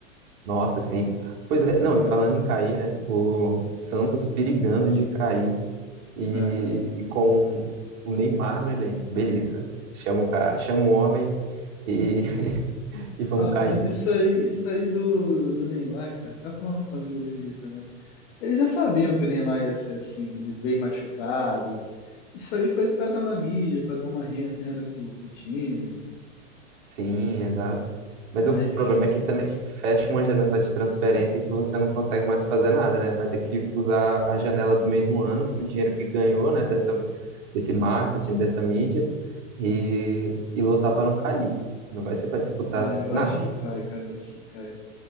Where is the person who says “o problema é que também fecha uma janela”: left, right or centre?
Right